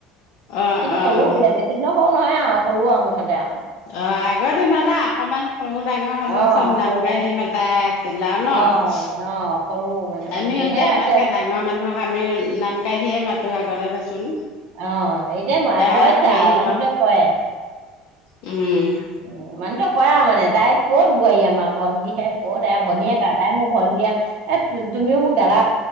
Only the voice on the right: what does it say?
কিন্তু
সৰুও বোলে বেছি <unintelligible> সৰু নহয় আৰু সৰু আৰু মুঠতে আৰু।
অ',
সৰু
অ', অ সৰু। মানে মানুহটো
সেইয়াতে
অ এতিয়া মই
কৈছে
আৰু মানুহটোৱে কয়।
উম মানুহতো কয় আৰু মানে তাই ক'ত বোৱাৰী আমাৰ ভণ্টিহে। অ' তাই ভনীয়ে <unintelligible> তাই মোৰ ভন্তি আ এ তুমিও মোক দাদা